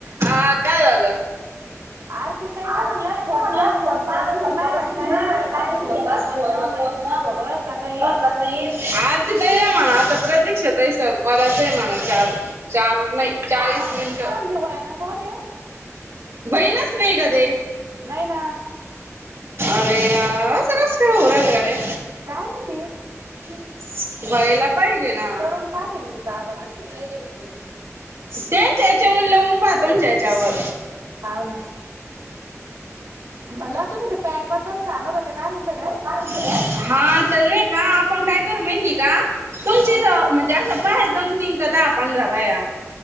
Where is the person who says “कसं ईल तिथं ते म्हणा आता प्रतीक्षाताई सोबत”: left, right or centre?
Right